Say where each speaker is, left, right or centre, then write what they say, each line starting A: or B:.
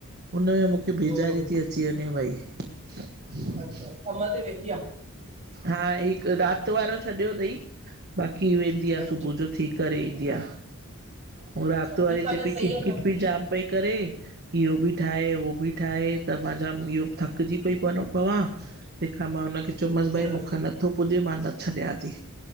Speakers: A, on the right (about 50°); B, on the right (about 30°).
A: हुन बेज़ारी
B: हम्म
A: थी अची वञे भई
B: अच्छा कम ते वेंदी
A: हा हिक रात वारो छॾियो थई बाक़ी वेंदी
B: आहे
A: आ
B: अच्छा
A: सुबुह जो थी करे ईंदी आ। उ रात
B: अच्छा
A: वारी
B: ठीकु आहे
A: चए
B: न
A: पेई
B: सही
A: खिट
B: आहे
A: खिट
B: न
A: भी जाम पई करे इहो भी ठाहे उहो भी ठाहे त मां जाम इहो थकजी पई पवां। पवां तहिंखां मां हुनखे चयोमांस
B: हम्म
A: भई मूखां नथो पुॼे मां त छॾियां थी।